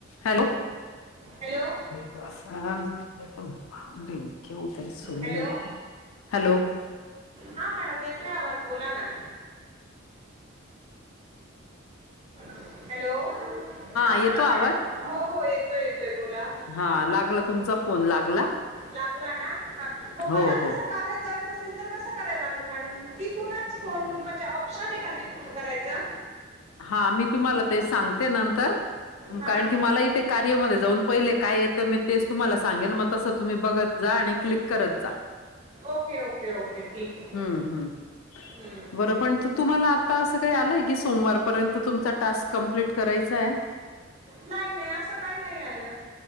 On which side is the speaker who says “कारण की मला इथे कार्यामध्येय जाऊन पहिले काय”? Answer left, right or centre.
Left